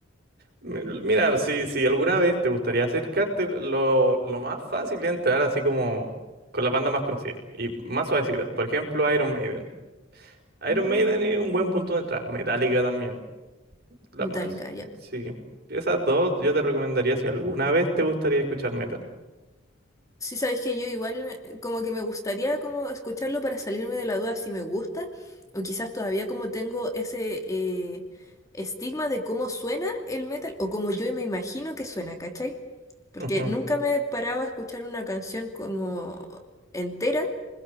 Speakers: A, on the right; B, on the left.
A: Mi- Mira, si, si alguna vez te gustaría acercarte, lo, lo más fácil es entrar así como con las bandas más conocidas y más suavecitas. Por ejemplo, Iron Maiden. Iron
B: Mm,
A: Maiden es un buen punto de entrada. Metallica también. La
B: Metallica,
A: más,
B: ya.
A: sí. Esas dos yo te recomendaría si alguna vez te gustaría escuchar metal.
B: Sí, sabes que yo igual me- como que me gustaría como escucharlo para salirme de la duda si me gusta o quizás todavía como tengo ese eh, estigma de cómo suena el metal o como yo me imagino que suena, ¿cachai? Porque
A: Ujú.
B: nunca me paraba a escuchar una canción como entera,